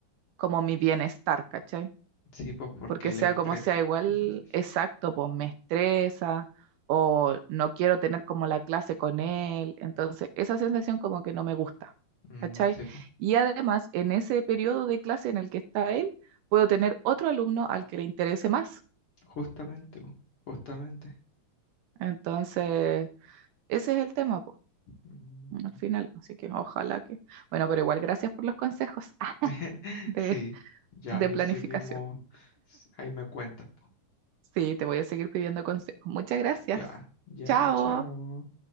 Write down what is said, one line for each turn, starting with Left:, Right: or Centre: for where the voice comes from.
Right: como mi bienestar, ¿cachai?
Left: sí, pues porque
Right: porque
Left: el
Right: sea
Left: estrés.
Right: como sea, igual
Left: <laughs>
Right: exacto, pues me estresa o no quiero tener como la clase con él, entonces esa sensación como que no me gusta,
Left: Mm,
Right: ¿cachai?
Left: sí, pues.
Right: Y además, en ese periodo de clase en el que está él, puedo tener otro alumno al que le interese más,
Left: Justamente, pues. Justamente.
Right: entonces ese es el tema, pues,
Left: Mm.
Right: al final, así que ojalá que... Bueno, pero igual gracias por los consejos <laughs>
Left: <laughs>
Right: de,
Left: Sí, ya
Right: de
Left: ahí
Right: planificación.
Left: seguimos. s- Ahí me cuentas, pues.
Right: Sí, te voy a seguir pidiendo consejos. Muchas gracias.
Left: Ya, ya,
Right: Chao.
Left: chao.